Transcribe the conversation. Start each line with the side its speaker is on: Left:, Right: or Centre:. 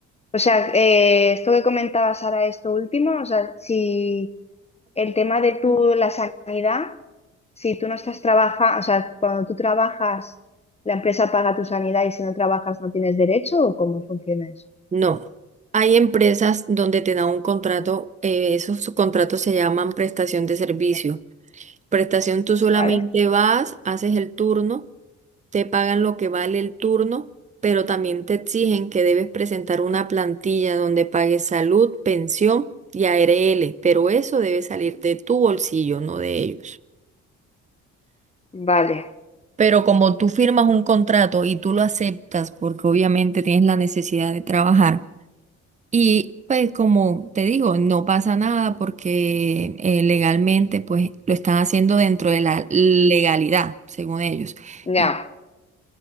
Left: O sea, eh, esto que comentabas ahora, esto último, o sea, si el tema de tu, la sanidad, si tú no estás trabajando, o sea, cuando tú trabajas, la empresa paga tu sanidad y si no trabajas no tienes derecho, ¿o cómo funciona eso?
Right: No. Hay empresas donde te dan un contrato, eh, esos contratos se llaman prestación de servicio. Prestación, tú solamente
Left: ¿Vale?
Right: vas, haces el turno, te pagan lo que vale el turno, pero también te exigen que debes presentar una plantilla donde pagues salud, pensión y ARL, pero eso debe salir de tu bolsillo, no de ellos.
Left: Vale,
Right: Pero como tú firmas un contrato y tú lo aceptas, porque obviamente tienes la necesidad de trabajar, Y pues como te digo, no pasa nada porque eh, legalmente pues lo están haciendo dentro de la legalidad, según ellos.
Left: ya.
Right: Y